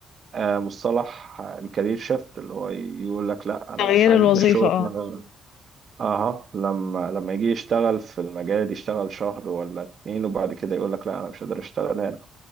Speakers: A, on the right; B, on the left.
A: مصطلح الكارير شيفت اللي هو يقول لك لا أنا
B: تغيير
A: مش عاجبني
B: الوظيفة
A: الشغل
B: اه
A: في المجال ده اها لما لما يجي يشتغل في المجال يشتغل شهر ولا اتنين وبعد كده يقول لك لا انا مش قادر اشتغل هنا